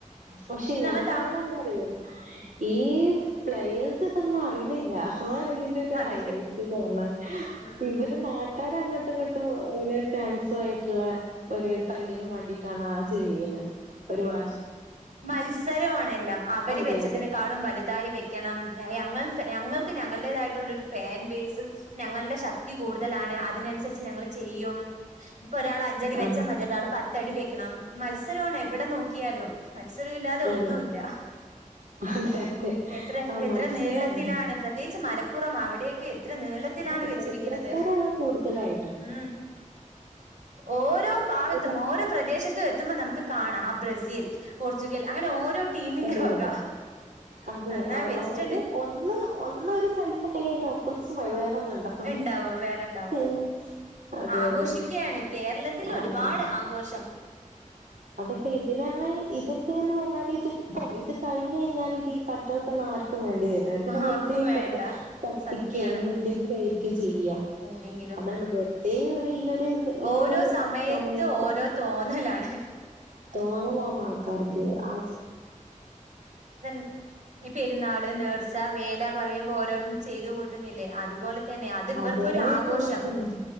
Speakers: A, on the right; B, on the right.
A: പക്ഷെ ഞാൻ
B: നമ്മ
A: പറയുന്ന
B: ത
A: എന്താറിയോ ഈ പ്ലയേഴസ് ഇതൊന്നും അറിണില്ല അതാണ് ഇതിന്റെ ഒരു
B: അതെ
A: ഹൈലൈറ്റ്ന്ന് പറഞ്ഞാല്
B: ഉം
A: ഇവര് നാട്ടാരങ്ങട്ടും ഇങ്ങട്ടും ഓലെ ഫാൻ ഫൻസു ആയിട്ട്ള്ള ഒരു തല്ലിനും വേണ്ടിട്ടാണ് ആ ചെയ്യാണെ ഒരു വാ
B: മത്സരൊവാണെല്ലാം അവര്
A: അതെ
B: വെച്ചതിനെക്കാളും
A: അതെ
B: വലുതായി വെക്കണം ഞയ ഞങ്ങൾ ഞങ്ങക്ക് ഞങ്ങളടേതായിട്ടുള്ളൊരു ഫാൻ ബേസ് ഞങ്ങളുടെ ശക്തി കൂടുതലാണ് അതിനനുസര് ച് ഞങ്ങള് ചെയ്യും ഇത്പ്പോ ഒരാളഞ്ചടി
A: ആഹ്
B: വെച്ചാ മറ്റൊരാൾ പത്തടി വെക്കണം മത്സ് മത്സരവാണ് എവടെ നോക്കിയാലും മത്സരംവില്ലാതെ ഒന്നുവില്ല
A: അതെ അതെ അതെ
B: എത്ര
A: ആഹ്
B: എത്ര
A: മത്സരാണ്
B: നീളത്തിലാണ് പ്രത്യേകിച്ച് മലപ്പുറം അവിടെയൊക്കെ എത്ര നീളത് ത്തിലാണ്
A: ആഹ്
B: വെച്ചിരിക്കുന്നത്
A: മത്സരക്കാരാണ് കൂടുതലായിട്ടും
B: മ്മ് ഓരോ ഭാഗത്തും
A: ഇപ്പൊ
B: ഓരോ പ്രദേശത്തും എത്തുമ്പോ നമുക്ക് കാണാം ആ ബ്രെസ് ൽ പോർച്ചുഗൽ അങ്ങനെ ഓരോ ടീമിന്റെ
A: അതെ
B: വക
A: അതെ അതെ
B: നന്നായി വെച്ചിട്ടുണ്ട്
A: ഒരു ഒന്ന് ഒന്നൊരു സ്ഥലത്ത് ഇണ്ടെങ്കിൽ അയിന്റെ ഓപ്പോസിറ്റ് വേറ് റൊന്നും ഉണ്ടാകും
B: ഇണ്ടാവും വേറെണ്ടാവും
A: ഉം അതെ
B: ആഘോഷിക്കയാണ്
A: അതെ
B: കേരളത്തിൽ
A: ആഹ്
B: ഒരുപാട് ആഘോഷം
A: അതൊക്കെ ഇതിന ഇതൊക്കെന്ന് പറഞ്ഞാല് ഇതിപ്പം ഇത് കഴിഞ്ഞഞ് കഴിഞ്ഞാല് ഇത് ഈ കട്ടഔട്ട് ആ വേണ്ടി വെരൂല പിന്നെ വെറതെ
B: ആർക്കും വേണ്ട
A: കയിഞാ കത്തിക്കേ
B: സത്യാണ്
A: അങ്ങനെ എന്തെങ്കിലും ഒക്കെ ചെയ്യാ
B: എന്തെങ്കിലും
A: അതാണ് വെർതേ ഈ ഒരു ഈ
B: ഓരോ
A: ഒരു സമയത്ത്
B: ഓരോ തോന്നലാണ്
A: തോന്നലാണ് ആൾക്കാർക്ക് ആ
B: തൻ ഈ പെരുന്നാള് നേർച്ച വേല പറയുമ്പോ ഓരോന്നും ചെയ്ത് കൂട്ടുന്നില്ലേ അതുപോലെ തന്നെ അത് ഇവർക്കൊരു
A: അതേപോലെ
B: ആഘോഷം
A: തന്നെ